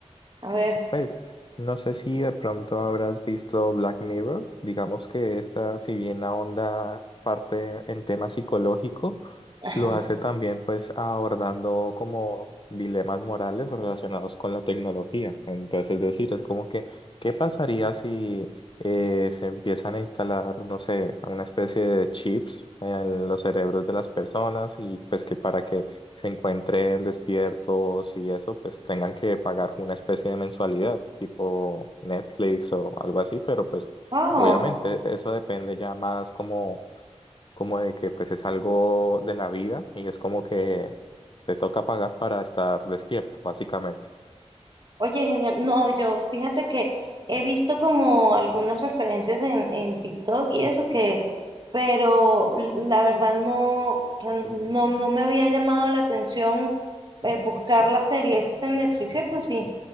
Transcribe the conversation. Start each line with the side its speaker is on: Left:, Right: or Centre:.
Right: a ver,
Left: Pues no sé si de pronto habrás visto Black Mirror. Digamos que esta, si bien ahonda parte en tema psicológico,
Right: ajá.
Left: lo hace también pues abordando como dilemas morales relacionados con la tecnología. Entonces, es decir, es como que, ¿qué pasaría si eh, se empiezan a instalar, no sé, una especie de chips en los cerebros de las personas y pues que para que se encuentren despiertos y eso, pues tengan que pagar una especie de mensualidad, tipo Netflix o algo así, pero pues
Right: Oh,
Left: obviamente eso depende ya más como, como de que pues es algo de la vida y es como que te toca pagar para estar despierto, básicamente.
Right: Oye, genial. No, yo fíjate que he visto como algunas referencias en, en TikTok y eso que, pero la verdad no, o sea, no, no me había llamado la atención eh, buscar la serie. Eso está en Netflix, ¿cierto? Sí.